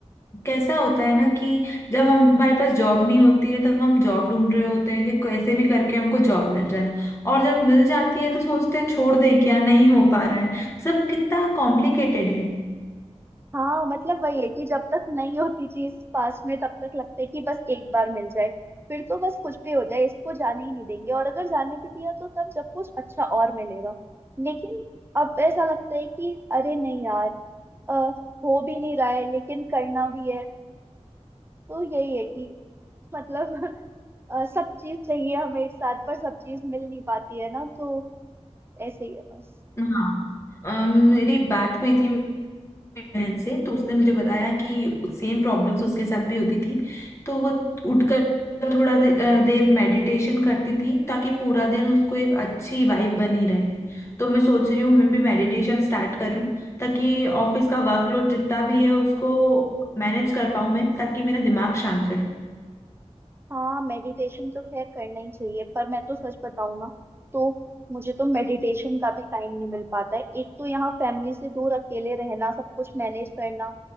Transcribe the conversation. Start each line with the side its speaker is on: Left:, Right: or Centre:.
Left: कैसा होता है ना कि जब हम हमारे पास जॉब नहीं होती है तब हम जॉब ढूंढ रहे होते हैं कि कैसे भी करके हमको जॉब मिल जाए और जब मिल जाती है तो सोचते हैं छोड़ दें क्या नहीं हो पा रहा है सब कितना कॉम्प्लिकेटेड है
Right: हाँ मतलब वही है कि जब तक नहीं होती चीज पास में तब तक लगता है कि बस एक बार मिल जाए फिर तो बस कुछ भी हो जाए इसको जाने ही नहीं देंगे और अगर जाने भी दिया तो तब जब कुछ अच्छा और मिलेगा लेकिन अब ऐसा लगता है कि अरे नहीं यार अ, हो भी नहीं रहा है लेकिन करना भी है तो यही है कि मतलब <laughs> अ, सब चीज चाहिए हमें एक साथ पर सब चीज मिल नहीं पाती है ना तो ऐसे ही है बस
Left: हाँ अम, मेरी बात हुई थी बहन से तो उसने मुझे बताया कि सेम प्रॉब्लम्स उसके साथ भी होती थी तो वो उठकर थोड़ा दे, अ, देर मेडिटेशन करती थी ताकि पूरा दिन उसको एक अच्छी वाइब बनी रहे तो मैं सोच रही हूँ मैं भी मेडिटेशन स्टार्ट करूँ ताकि ऑफिस का वर्कलोड जितना भी है उसको मैनेज कर पाऊँ मैं ताकि मेरा दिमाग शांत रहे
Right: हाँ मेडिटेशन तो खैर करना ही चाहिए पर मैं तो सच बताऊँ ना तो मुझे तो मेडिटेशन का भी टाइम नहीं मिल पाता है एक तो यहाँ फैमिली से दूर अकेले रहना सब कुछ मैनेज करना